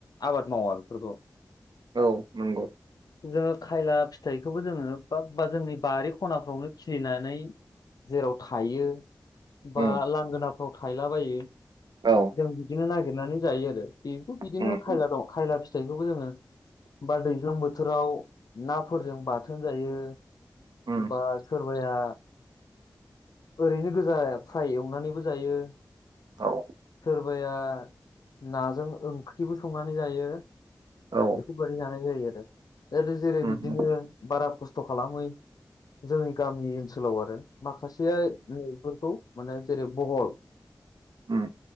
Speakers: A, on the left (about 60°); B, on the right (about 85°).
A: आबाद मावा बेफोरखौ
B: औ नंगौ
A: जोङो खायला फिथाइखौबो जोङो बा बा जोंनि बारि खनाफ्रावनो खिलिनानै जेराव थायो बा
B: उम
A: लांगोनाफ्राव थायलाबायो
B: औ
A: जों बिदिनो नागिरनानै जायो आरो बेबोथ' बिदिनो
B: उम
A: खायला दं खायला फि थाइखौबो जोङो बा दैज्लां बोथोराव नाफोरजों बाथोन जायो
B: उम
A: बा सोरबाया ओरैनो गोजा फ्राय एवनानैबो जायो।
B: औ।
A: सोरबाया नाजों ओंख्रिबो संनानै जायो।
B: औ
A: बेफोरबायदि जानाय जायो आरो। आरो जेरै
B: उम
A: बिदिनो
B: उम
A: बारा खस्थ' खालामै जोंनि गामि ओनसोलाव आरो माखासेया नै एफोरखौ माने जेरै बहल
B: उम